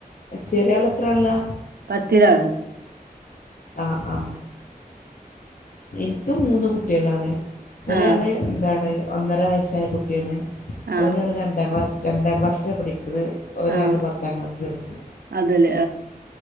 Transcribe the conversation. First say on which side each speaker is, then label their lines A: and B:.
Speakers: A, on the left; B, on the right.
A: ചെറിയാള് എത്രാള്ലാ
B: പത്തിലാണ്
A: ആഹ് ആഹ് എനിക്ക് മൂന്ന് കുട്ടികളാണ് ഒരാള്
B: ആഹ്
A: എന്താണ് ഒന്നര വയസ്സായ കുട്ടിയാണ്
B: ആഹ്
A: ഒരാള് രണ്ടാം ക്ലാസ് രണ്ടാം ക്ലാസ്സിലാണ് പഠിക്കത് ഒരാള്
B: ആഹ്
A: പത്താം ക്ലാസ്സിലാ പഠിക്കുന്നെ
B: അതല്ലേ